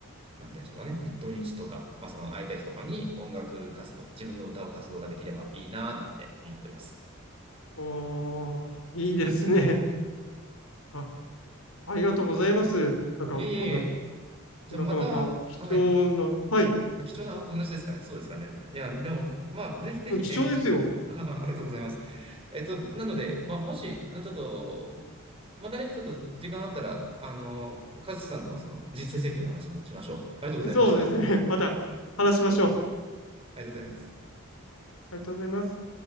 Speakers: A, on the right; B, on the left.
A: なんて言うんでしょうかね、日当日とか、まあ、その空いた日とかに音楽活動、自分の歌う活動ができればいいなぁなんて思ってます。
B: おー、いいですね。あ、ありがとうございます。なんか、
A: いえいえいえ、
B: こんな、
A: じゃあまた、
B: なかなか貴重な、
A: はい、
B: はい、
A: 貴重なお話ですかね、そうですかね。いや、でも、まあ、ぜひぜひね、
B: 貴重ですよ。
A: <laughs> ありがとうございます。えっと、なので、まあ、もし、あのちょっと、またね、ちょっと時間あったら、あの、カズさんのその人生設計の話もしましょう。ありがとうございました。
B: そうですね。
A: あ
B: <laughs> また話しましょう。
A: りがとうございます。
B: ありがとうございます。